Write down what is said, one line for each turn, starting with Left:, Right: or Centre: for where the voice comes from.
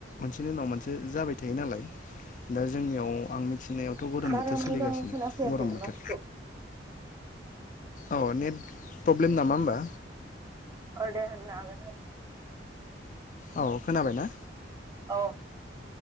Left: मोनसेनि उनाव मोनसे जाबाय थायो नालाय दा जों आं मिथिनायावथ' गरम
Right: बारा
Left: बोथोर सोलिगासिनो
Right: मोजां खोनाफैयाखैनो
Left: गरम बोथोर
Right: माथोखौ
Left: औ नेट प्रब्लेम नामा होमबा
Right: औ दे होननो हागोन
Left: औ खोनाबाय ना
Right: आरो औ